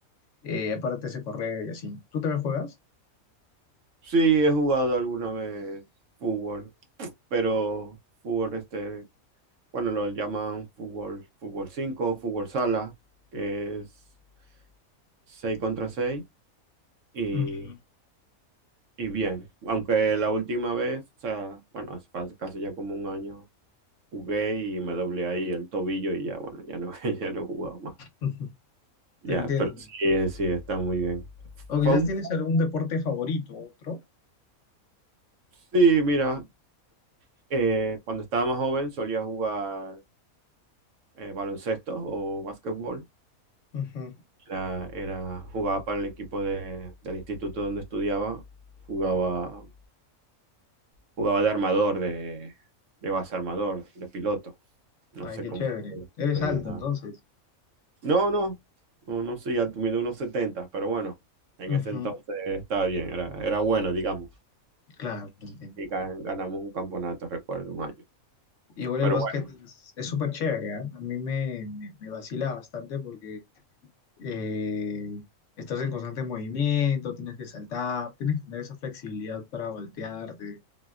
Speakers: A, on the left; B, on the right.
A: eh, aparte se correr y así. ¿Tú también juegas?
B: Sí, he jugado alguna vez fútbol, pero fútbol este, bueno, lo llaman fútbol, fútbol 5, fútbol sala, que es 6 contra 6 y,
A: Ujú,
B: y bien. Aunque la última vez, o sea, bueno, hace casi ya como un año. jugué y me doblé ahí el tobillo y ya, bueno, ya no, <laughs> ya no he jugado más.
A: ujú,
B: Ya,
A: Te entiendo.
B: pero sí, eh, sí, está muy bien.
A: O
B: Fue
A: quizás
B: un-
A: tienes algún deporte favorito, otro.
B: Sí, mira, eh, cuando estaba más joven solía jugar eh, baloncesto o básquetbol.
A: Ujú.
B: Era, era, jugaba para el equipo de- del instituto donde estudiaba. Jugaba, jugaba de armador, de, de base armador, de piloto. No
A: Ay,
B: sé
A: qué
B: cómo
A: chévere. Eres
B: se dirá.
A: alto, entonces.
B: No, no, no, no soy alto, mido unos 70, pero bueno, en
A: Ujú,
B: ese entonces estaba bien, era, era bueno, digamos,
A: Claro, te entiendo.
B: y ga- ganamos un campeonato, recuerdo, un año.
A: Igual
B: Pero
A: el básquet
B: bueno,
A: es es súper chévere, ¿ah? A mí me, me, me vacila bastante porque eh, estás en constante movimiento, tienes que saltar, tienes que tener esa flexibilidad para voltearte,